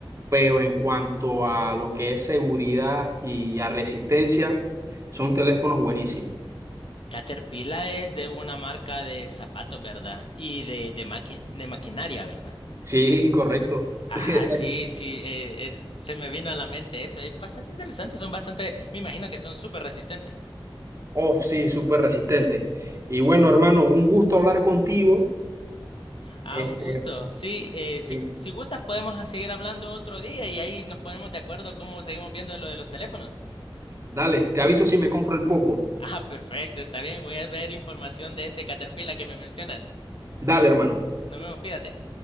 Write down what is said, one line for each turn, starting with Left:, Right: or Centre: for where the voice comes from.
Right: pero en cuanto a lo que es seguridad y a resistencia, son teléfonos buenísimos.
Left: Caterpillar es de una marca de zapatos, ¿verdad? Y de, de, maqui- de maquinaria, ¿verdad?
Right: Sí, correcto.
Left: Ajá,
Right: <laughs> Exacto.
Left: sí, sí, eh, es, se me vino a la mente eso. Es bastante interesante, son bastante, me imagino que son súper resistentes.
Right: Oh, sí, súper resistente. Y bueno, hermano, un gusto hablar contigo.
Left: Ah,
Right: Este,
Left: un gusto. Sí, eh, si,
Right: sí.
Left: si gustas podemos seguir hablando otro día y ahí nos ponemos de acuerdo cómo seguimos viendo lo de los teléfonos. <laughs>
Right: Dale, te aviso si me compro el poco.
Left: Ah, perfecto, está bien, voy a ver información de ese Caterpillar que me mencionas.
Right: Dale, hermano.
Left: Nos vemos, cuídate.